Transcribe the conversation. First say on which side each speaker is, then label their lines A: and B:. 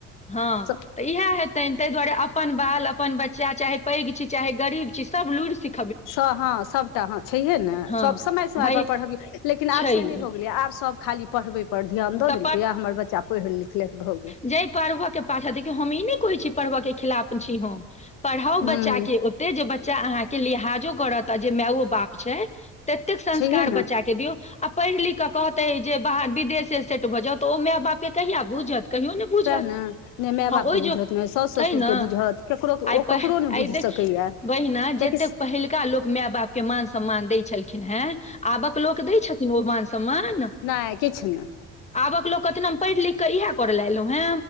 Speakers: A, on the left; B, on the left.
A: हँ
B: सभ
A: तऽ इएहे हेतैन ताहि दुआरे अपन बाल अपन बच्चा चाहे पैग छी चाहे गरीब छी सब लुईरि सिख
B: स हँ सभटा हँ छैहे ने
A: हँ
B: सभ समय समयपर
A: भाय
B: पढ़बियै लेकिन
A: छैहे
B: आब से नै भऽ गेलै आब सभ खाली पढ़बै पर ध्यान दऽ
A: तऽ
B: देलकैया हमर बच्चा पढ़ लिख लेत भऽ गेलै
A: जय पढ़बऽ के पाछा देखियौ हम ई नै कहै छी पढ़बऽ के खिलाफ छी हम पढ़ाउ
B: हूँ
A: बच्चा के तै जे बच्चा अहाँके लिहाजो करत आ जे मायो बाप छै ततेक संस्कार
B: छैहे ने
A: बच्चा के दियौ आ पढ़ लिख क कहतै जे विदेश सेट भ जाउ त ओं माय बाप के कहीया बूझत कहियो ने बुझत
B: सएह ने माय
A: हँ
B: बापके
A: ओहि जो
B: बुझत ने साउस
A: तहि
B: ससुरके
A: ने
B: बुझत ककरो
A: आइ
B: ओ
A: प
B: ककरो नहि
A: आइ
B: बुझि
A: देखिय
B: सकैए
A: बहिना
B: कियाकि
A: जतेक पहिल का लोक माय बाप के मान सम्मान दै छलखिन हेँ आबक लोक दै छथिन ओ मान सम्मान
B: नाय किछ नाय
A: आबक लोक कतिन पढ़ि लिख क इह कर ल एलहुँ है